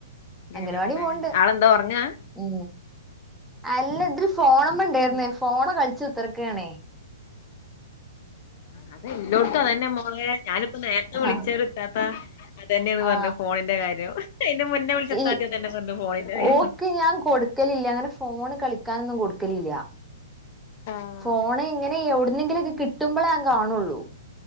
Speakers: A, on the left; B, in the centre.
A: കേളണല്ലേ
B: അംഗനവാടി പോണ്ട്
A: ആളെന്താ ഉറങ്ങാ
B: ഉ അല്ലാം ഇതിൽ ഫോണംന്നു എയിരു
A: ഉം
B: ന്ന ഫോണ് കളിച്ചു ഉത്തർക്കണേ
A: അത് ഇല്ലോടത്തതന്നെ മോളെ ഞാനിപ്പോ നേരത്തെ
B: ആ
A: വിളിച്ചരു ഇത്താത്താ അത്തന്നെയാണ് പറഞ്ഞത്
B: ആ
A: ഫോണിന്റെ കാര്യം എ ന്റെ മുന്നേ വിളിച്ചെത്താത്
B: ഈ
A: തന്നെ പറഞ്ഞു ഫോണിന്റെ കാര്യം
B: ഓക്ക് ഞാൻ കൊടുക്കലില്ല അങ്ങനെ ഫോണ് കളിക്കാനൊന്നും കൊടുക്കലില്ല
A: ആഹ്
B: ഫോണ് ഇങ്ങനെ എവിടുന്നെങ്കിലുംഒ ക്കെ കിട്ടുമ്പോഴേ ൻ കാണുള്ളൂ